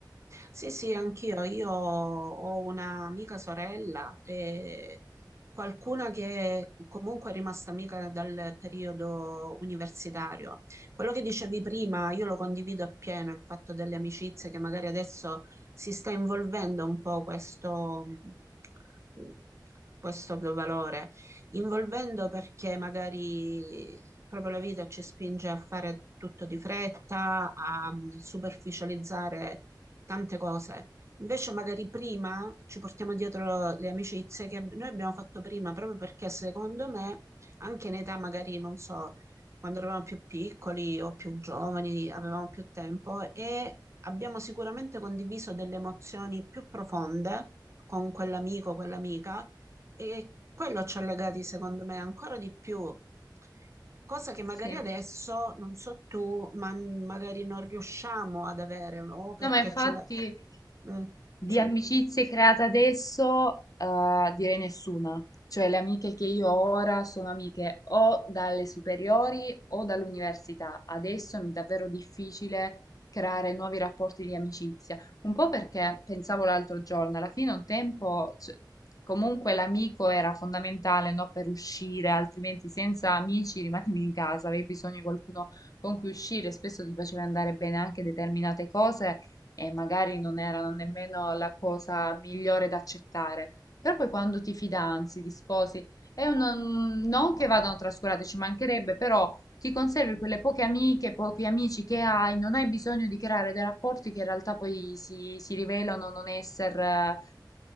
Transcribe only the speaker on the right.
Sì, sì, anch'io. Io ho un'amica sorella e qualcuna che comunque è rimasta amica dal periodo universitario. Quello che dicevi prima, io lo condivido appieno, il fatto delle amicizie che magari adesso si sta involvendo un po' questo, mh, questo valore, involvendo perché magari proprio la vita ci spinge a fare tutto di fretta, a mh, superficializzare tante cose. Invece magari prima ci portiamo dietro le amicizie che ab- noi abbiamo fatto prima, proprio perché secondo me, anche in età magari, non so, quando eravamo più piccoli o più giovani, avevamo più tempo e abbiamo sicuramente condiviso delle emozioni più profonde con quell'amico, quell'amica e quello ci ha legati, secondo me, ancora di più. Cosa che magari
adesso, non so tu, ma magari non riusciamo ad avere, o perché
ce la... Mm,
sì,